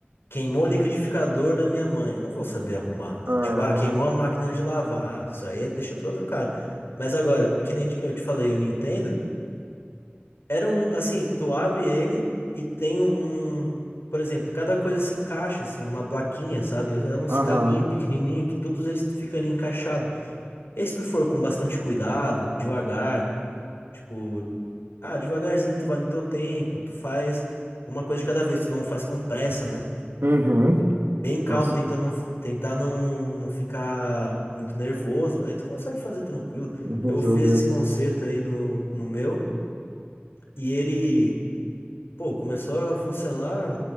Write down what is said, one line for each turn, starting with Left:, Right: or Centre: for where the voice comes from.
Left: queimou o liquidificador da minha mãe. Eu não vou saber arrumar.
Right: Ah, Aham,
Left: Tipo, ah, queimou a máquina de lavar. Ah, isso aí é- deixa pra outro cara. Mas agora, o que nem eu te falei, o Nintendo, era um, assim, tu abre ele e tem um, um- por exemplo, cada coisa se encaixa, assim, numa plaquinha, sabe? É uns
Right: aham,
Left: cabinhos pequenininho que todos eles ficam ali encaixados. E se tu for com bastante cuidado, devagar. Tipo, ah, devagarzinho, tu vai no teu tempo, tu faz uma coisa de cada vez, tu não faz com pressa, né?
Right: uhum.
Left: Bem calmo,
Right: Nossa,
Left: tentando não, tentar não, não ficar muito nervoso. Aí tu consegue fazer tranquilo.
Right: resolveu.
Left: Eu fiz esse concerto aí no, no meu e ele, pô, começou a funcionar